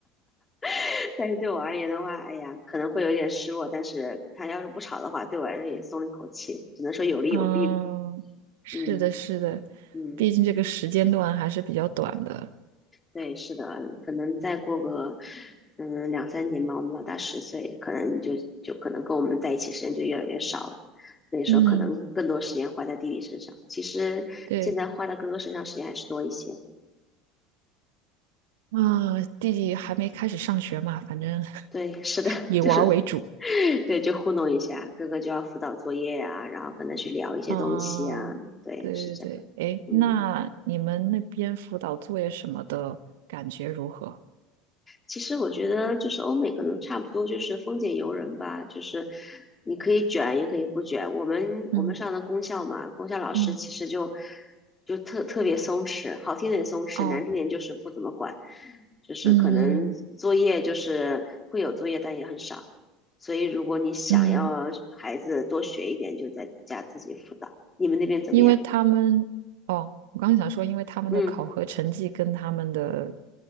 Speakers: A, on the left; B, on the right.
A: <laughs> 但是对我而言的话，哎呀，可能会有点失落。但是他要是不吵的话，对我来说也松了一口气，只能说有利有弊吧。
B: 嗯，是的，
A: 嗯
B: 是的，
A: 嗯。
B: 毕竟这个时间段还是比较短的。
A: 对，是的，可能再过个嗯两三年吧，我们老大十岁，可能就就可能跟我们在一起时间就越来越少了。那时候可能更多时间花在弟弟身上，
B: 嗯，
A: 其实现在花在哥哥身上时间还是多一些。
B: 对，啊、弟弟还没开始上学嘛，反正 <laughs>
A: 对，是的，<laughs>
B: 以玩儿为主。
A: 就是 <laughs> 对，就糊弄一下，哥哥就要辅导作业啊，然后可能去聊一些东西啊，
B: 啊，
A: 对，
B: 对对对，
A: 是这样，
B: 哎，
A: 嗯。
B: 那你们那边辅导作业什么的感觉如何？
A: 其实我觉得就是欧美可能差不多就是丰俭由人吧，就是你可以卷也可以不卷。我们我们上的公校嘛，
B: 嗯
A: 公校老师其实就
B: 嗯，
A: 就特特别松弛，好听点松弛，
B: 哦，
A: 难听点就是不怎么管，就是可能作业就是会有作业，
B: 嗯
A: 但也很少。所以如果你想要孩子多学一点，
B: 嗯，
A: 就在家自己辅导。你们那边怎么样？
B: 因为他们，哦，我刚想说，因为他们的考核成绩跟他们的
A: 嗯，